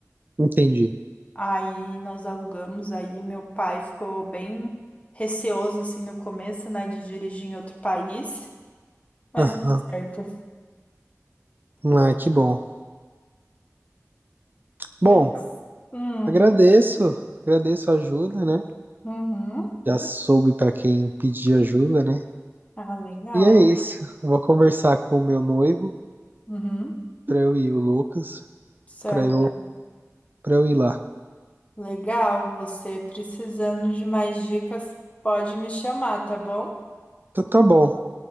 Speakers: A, on the right; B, on the left.
A: Entendi.
B: Aí nós alugamos, aí meu pai ficou bem receoso assim no começo, né, de dirigir em outro país, mas
A: Aham.
B: deu certo.
A: Ah, que bom.
B: Mas,
A: Bom,
B: hum,
A: agradeço, agradeço a ajuda, né?
B: uhum.
A: Já soube para quem pedir ajuda, né?
B: Ah, legal.
A: E é isso. Vou conversar com o meu noivo
B: Uhum,
A: para eu ir, o Lucas,
B: certo.
A: para eu, para eu ir lá.
B: Legal, você precisando de mais dicas, pode me chamar, tá bom? <laughs>
A: Então tá bom.